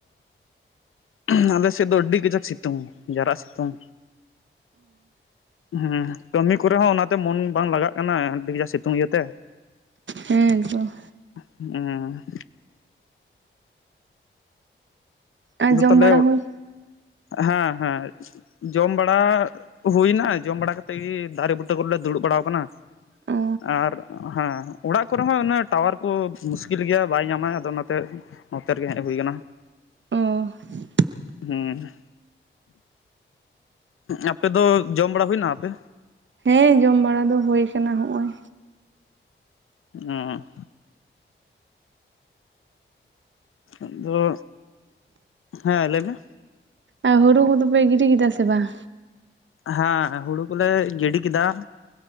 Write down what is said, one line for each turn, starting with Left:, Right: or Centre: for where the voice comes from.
Left: ᱦᱚᱸᱻ ᱟᱞᱮ ᱥᱮᱫ ᱫᱚ ᱟᱹᱰᱤ ᱜᱟᱡᱟᱠ ᱥᱤᱛᱩᱝ ᱡᱟᱨᱟᱜ ᱥᱤᱛᱩᱝᱼᱼ ᱦᱮᱸ ᱠᱟᱹᱢᱤ ᱠᱚᱨᱮ ᱦᱚᱸ ᱚᱱᱟᱛᱮ ᱢᱚᱱ ᱵᱟᱝ ᱞᱟᱜᱟᱜ ᱠᱟᱱᱟ ᱟᱹᱰᱤ ᱜᱟᱡᱟᱠ ᱥᱤᱛᱩᱝ ᱤᱭᱟᱹᱛᱮᱼᱼ
Right: ᱦᱮᱸ ᱛᱚ
Left: ᱦᱮᱸ
Right: ᱟᱨ ᱡᱚᱢ
Left: ᱛᱚᱵᱮ
Right: ᱵᱟᱲᱟ ᱦᱩᱭ
Left: ᱦᱮᱸ ᱦᱮᱸ ᱡᱚᱢ ᱵᱟᱲᱟᱼᱼ ᱦᱩᱭᱱᱟ ᱡᱚᱢ ᱵᱟᱲᱟ ᱠᱟᱛᱮᱫ ᱜᱮ ᱫᱟᱨᱮ ᱵᱩᱴᱟᱹ ᱠᱚᱨᱮᱫ ᱞᱮ ᱫᱩᱲᱩᱵ ᱵᱟᱲᱟ ᱟᱠᱟᱱᱟ᱾
Right: ᱚ
Left: ᱟᱨ ᱦᱮᱸ ᱚᱲᱟᱜ ᱠᱚᱨᱮ ᱦᱚᱸ ᱩᱱᱟᱹᱜ ᱴᱟᱣᱟᱨ ᱠᱚ ᱢᱩᱥᱠᱤᱞ ᱜᱮᱭᱟ ᱵᱟᱭ ᱧᱟᱢᱟ ᱟᱫᱚ ᱚᱱᱟᱛᱮᱼᱼ ᱱᱚᱛᱮ ᱨᱮᱜᱮ ᱦᱮᱡ ᱦᱩᱭ ᱟᱠᱟᱱᱟ᱾
Right: ᱚ
Left: ᱦᱩᱸ ᱟᱯᱮ ᱫᱚ ᱡᱚᱢ ᱵᱟᱲᱟ ᱦᱩᱭᱱᱟ ᱟᱯᱮ?
Right: ᱦᱮᱸ ᱡᱚᱢ ᱵᱟᱲᱟ ᱫᱚ ᱦᱩᱭᱟ ᱟᱠᱟᱱᱟ ᱦᱚᱜᱼᱚᱭ᱾
Left: ᱚᱸᱻ ᱟᱫᱚᱼᱼ ᱦᱮᱸ ᱞᱟᱹᱭ ᱢᱮ?
Right: ᱟᱨ ᱦᱩᱲᱩ ᱠᱚᱫᱚ ᱯᱮ ᱜᱤᱰᱤ ᱠᱮᱫᱟ ᱥᱮ ᱵᱟᱝ?
Left: ᱦᱮᱸ ᱦᱩᱲᱩ ᱠᱚᱞᱮ ᱜᱤᱰᱤ ᱠᱮᱫᱟ᱾